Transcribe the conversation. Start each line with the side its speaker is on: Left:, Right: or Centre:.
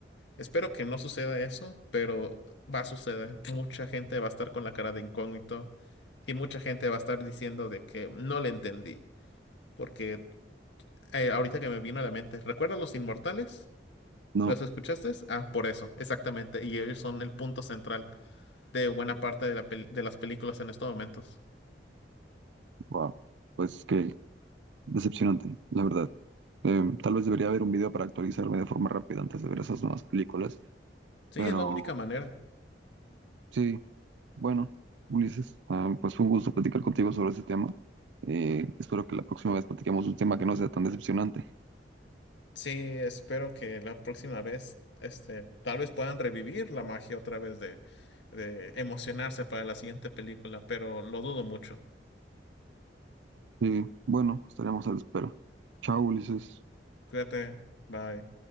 Left: Espero que no suceda eso, pero va a suceder. Mucha gente va a estar con la cara de incógnito y mucha gente va a estar diciendo de que no le entendí, porque eh, ahorita que me vino a la mente, ¿recuerdas Los Inmortales?
Right: No,
Left: ¿Los escuchaste? Ah, por eso, exactamente. Y ellos son el punto central. de buena parte de, la pel- de las películas en estos momentos.
Right: wow, pues que Decepcionante, la verdad. Eh, tal vez debería haber un video para actualizarme de forma rápida antes de ver esas nuevas películas,
Left: Sí,
Right: pero
Left: es la única manera.
Right: sí, bueno, Ulises, ah, pues fue un gusto platicar contigo sobre este tema. Eh, espero que la próxima vez platiquemos un tema que no sea tan decepcionante.
Left: Sí, espero que la próxima vez, este, tal vez puedan revivir la magia otra vez de, de emocionarse para la siguiente película, pero lo dudo mucho.
Right: Y bueno, estaremos a la espera. Chao, Ulises.
Left: Cuídate, bye.